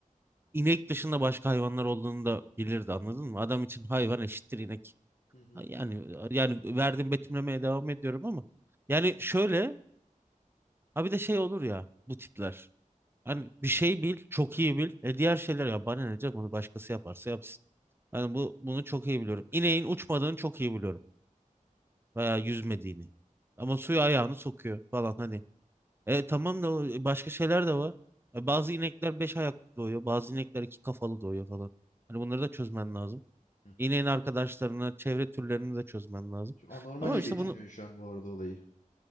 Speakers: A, on the right; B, on the left.
A: inek dışında başka hayvanlar olduğunu da bilirdi anladın mı? Adam için hayvan eşittir inek.
B: Hı hı.
A: Yani yani verdiğim betimlemeye devam ediyorum ama yani şöyle ha bir de şey olur ya bu tipler. Hani bir şey bil, çok iyi bil. E diğer şeyler ya bana ne canım onu başkası yaparsa yapsın. Yani bu bunu çok iyi biliyorum. İneğin uçmadığını çok iyi biliyorum. Veya yüzmediğini. Ama suya ayağını sokuyor falan hani. E tamam da o- e, başka şeyler de var. E, bazı inekler beş ayaklı doğuyor. Bazı inekler iki kafalı doğuyor falan. Hani bunları da çözmen lazım.
B: hı.
A: İneğin arkadaşlarını, çevre türlerini de çözmen lazım.
B: Şu anormal
A: Ama
B: iyi
A: işte
B: betimliyorsun
A: bunu
B: şu an bu arada olayı.